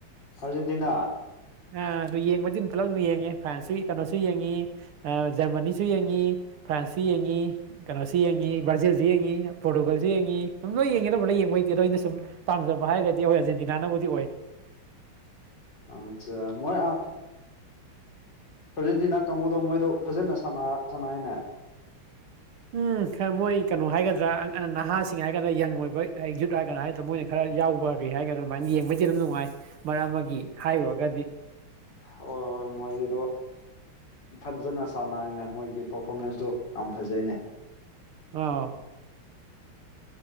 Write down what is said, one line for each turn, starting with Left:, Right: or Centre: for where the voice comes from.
Left: ꯑꯔꯖꯦꯟꯇꯤꯅꯥ
Right: ꯑ ꯑꯗꯨ ꯌꯦꯡꯕꯗꯤ ꯑꯗꯨꯝ ꯄꯨꯂꯞ ꯑꯗꯨꯝ ꯌꯦꯡꯉꯤ ꯐ꯭ꯔꯥꯟꯁꯁꯨ ꯀꯩꯅꯣꯁꯨ ꯌꯦꯡꯉꯤ ꯖꯔꯃꯅꯤꯁꯨ ꯌꯦꯡꯉꯤ ꯐ꯭ꯔꯥꯟꯁꯁꯨ ꯌꯦꯡꯉꯤ ꯀꯩꯅꯣꯁꯨ ꯌꯦꯡꯉꯤ ꯕ꯭ꯔꯥꯖꯤꯜꯁꯨ ꯌꯦꯡꯉꯤ ꯄꯣꯔꯇꯨꯒꯜꯁꯨ ꯌꯦꯡꯉꯤ ꯁꯨꯝ ꯂꯣꯏ ꯌꯦꯡꯉꯤꯗꯕ ꯂꯣꯏ ꯌꯦꯡꯕꯩꯗꯤ ꯂꯣꯏ ꯑꯅ ꯁꯨꯝ ꯄꯥꯝꯖꯕ ꯍꯥꯏꯔꯒꯗꯤ ꯑꯩꯈꯣꯏ ꯑꯥꯔꯖꯦꯟꯇꯤꯅꯥꯅꯕꯨꯗꯤ ꯑꯣꯏ
Left: ꯑꯆꯥ ꯃꯣꯏ ꯑ ꯑꯥꯔꯖꯦꯟꯇꯤꯅꯥ ꯀꯥꯡꯕꯨꯗꯣ ꯃꯣꯏꯗꯣ ꯐꯖꯅ ꯁꯥꯟꯅꯥꯏꯅꯦ
Right: ꯎꯝ ꯈꯔ ꯃꯣꯏ ꯀꯩꯅꯣ ꯍꯥꯏꯒꯗ꯭ꯔꯥ ꯅꯍꯥꯁꯤꯡ ꯍꯥꯏꯒꯗ꯭ꯔꯥ ꯌꯪ ꯑꯣꯏꯕ ꯌꯨꯠ ꯍꯥꯏꯒꯗꯅ ꯍꯥꯏꯒꯗ꯭ꯔꯥ ꯃꯣꯏꯅ ꯈꯔ ꯌꯥꯎꯕ ꯀꯩ ꯍꯥꯏꯒꯗ꯭ꯔꯥ ꯑꯗꯨꯃꯥꯏꯅ ꯌꯦꯡꯕꯩꯗꯤ ꯑꯗꯨꯝ ꯅꯨꯡꯉꯥꯏ ꯃꯔꯝ ꯍꯥꯏꯔꯨꯔꯒꯗꯤ <inaudible>
Left: ꯍꯣꯏ ꯍꯣꯏ ꯃꯣꯏꯗꯣ ꯐꯖꯅ ꯁꯥꯟꯅꯔꯩꯅꯦ ꯃꯣꯏꯒꯤ ꯄꯔꯐꯣꯔꯃꯦꯟꯁꯇꯣ ꯌꯥꯝ ꯐꯖꯩꯅꯦ
Right: ꯑ